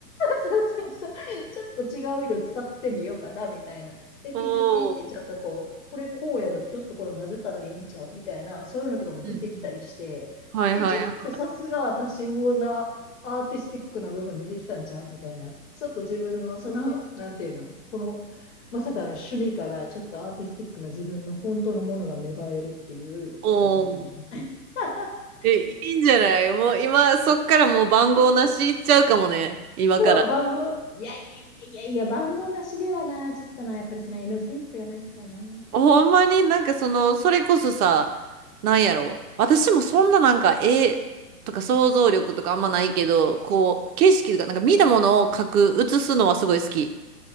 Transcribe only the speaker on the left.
そうそうそう。ちょっと違う色使ってみようかな、みたいな。で、ピピピってちょっとこう、
これこうやけど、ちょっとこれ混ぜたらええんちゃうみたいな、そういうのとかも出てきたりして、
え、ちょっとさすが私、魚座アーティスティックな部分出てきたんちゃうみたいな。ちょっと自分のその、なんていうの、この、まさかの趣味からちょっとアーティスティックな自分の本当のものが芽生えるっていうことを最近だな。
<laughs>
そう、番号、いやいやいやいやいや、番号なしではな、ちょっとな、やっぱりその色センスがないからな。